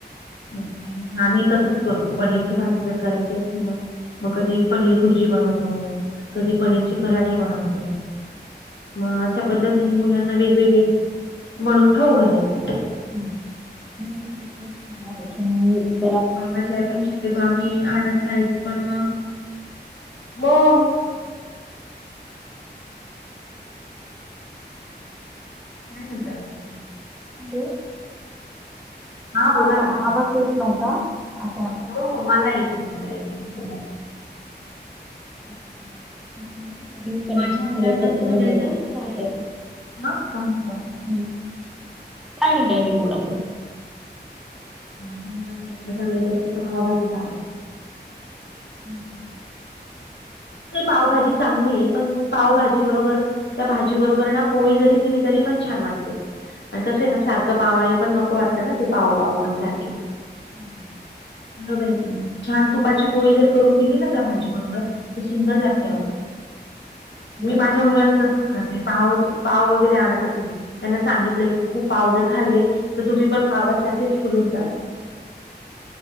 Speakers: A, on the left; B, in the centre.
A: मग अनी आम्ही
B: हो
A: तसंच करतो पनीरची भाजी् जर करायचे असेल न म कधी पनीर भुजी बनवतो कधी पनीरचे पराठ् -ठे बनवतो म अशा पद्धतीने मुलांना वेगवेगळे
B: हो.
A: म्हणून खाऊ घालायचं.
B: ह <unintelligible>
A: पावाचे आयटम शक्यतो आम्ही आणत नाईत पण म काय म्हणता अजुन?
B: हॅलो, हा
A: बोला
B: आता
A: ना ताई.
B: आवाज येत नव्हता. आता आला
A: हो मला येतोय मला येतोय बोला.
B: <unintelligible> डिस्कनेक्ट
A: माझ्या मुलांना
B: झालं सारखं
A: तर सगळ्यात
B: झालं
A: जास्त
B: तर.
A: ना ताई
B: <unintelligible>
A: हा काय म्हणता?
B: हम काय नई काय नई बोला बोला.
A: माझ्या मुलांना म्हटलं सगळ्यात जास्त त पाव भाजीच आवडते.
B: हम्म हम्म.
A: पावभाजी चांगली ये पण पावभाजी बरोबर. त्या भाजी बरोबर ना पोळी जरी दिली तरी पण छान वाटते. आणि कसं ये ना सारखं पावाने पण नको वाटतं ना ते पाव पाव पण सारखी.
B: <inaudible>
A: बरोबर ये की नी, छान तुपाची पोळी जर करून दिली ना त्या भाजी बरोबर सुंदर लागते
B: हम्म.
A: आओ मी
B: बोला
A: माझ्या मुलांना तसंच कर ते पावच् पाव वगैरे आणतच नई. त्यांना सांगितलंय की खूप पाव जर खाल्ले तर तुम्ही पण पावासारखेच फुलून जाल.